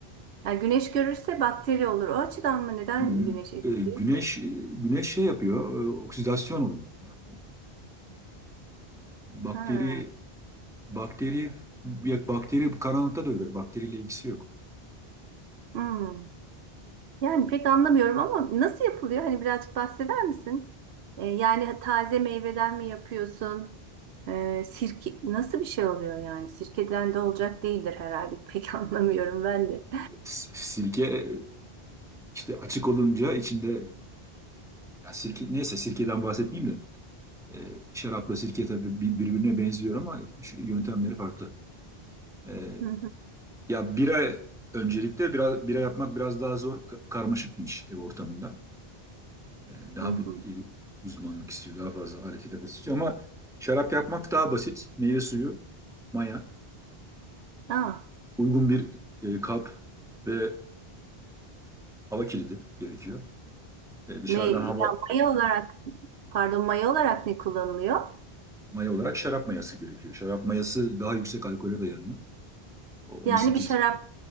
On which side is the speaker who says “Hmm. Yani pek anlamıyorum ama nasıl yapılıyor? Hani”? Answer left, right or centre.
Right